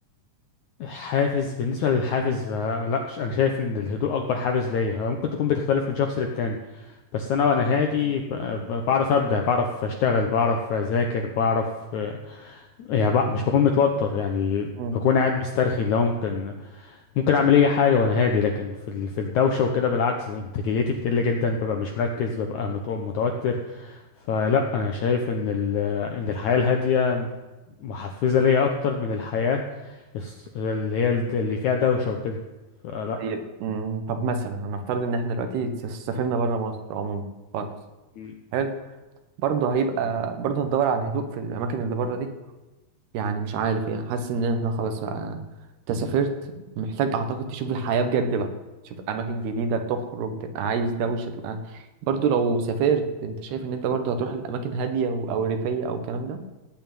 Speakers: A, on the left (about 70°); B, on the right (about 75°).
A: حافز بالنسبة للحافز فلا ش- أنا شايف إن الهدوء أكبر حافز ليا هو ممكن تكون بتختلف من شخص للتاني بس أنا وأنا هادي ب- ب- بعرف أبدع بعرف أشتغل بعرف أذاكر بعرف آه، يعني بقى مش بكون متوتر يعني
B: إمم.
A: بكون قاعد مسترخي اللي هو ممكن ممكن اعمل اي حاجه وانا هادي لكن في ال- في الدوشه وكده بالعكس انتاجيتي بتقل جدا ببقى مش مركز ببقى مت- متوتر فلا انا شايف ان ال- ان الحياه الهاديه محفزه ليا اكتر من الحياه الص- اللي هي ال- اللي فيها دوشه وكده فلا
B: طيب مم، طب مثلا هنفترض ان احنا دلوقتي س- سافرنا بره مصر عموما خالص
A: م.
B: حلو برضه هيبقى برضه هتدور على الهدوء في الاماكن اللي بره دي يعني مش عارف يعني حاسس ان احنا خلاص بقى انت سافرت محتاج اعتقد تشوف الحياة بجد بقى تشوف اماكن جديدة تخرج تبقى عايز دوشة تبقى برضه لو سافرت انت شايف ان انت برضه هتروح الاماكن هادية او أو ريفية او الكلام ده